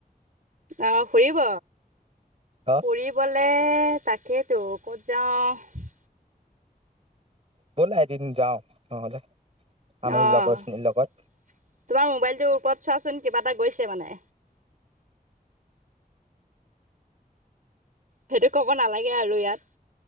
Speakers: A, on the right; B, on the right.
A: অ', ফুৰিব,
B: অ
A: ফুৰিবলে তাকে ত' ক'ত যাওঁ
B: ব'লা এদিন যাও নহ'লে? আমি
A: অহ
B: লগৰ খিনিৰ লগত
A: তোমাৰ মোবাইলটো গ্ৰুপত চোৱাচোন, কিবা এটা গৈছে মানে। সেটো ক'ব নালাগে আৰু ইয়াত।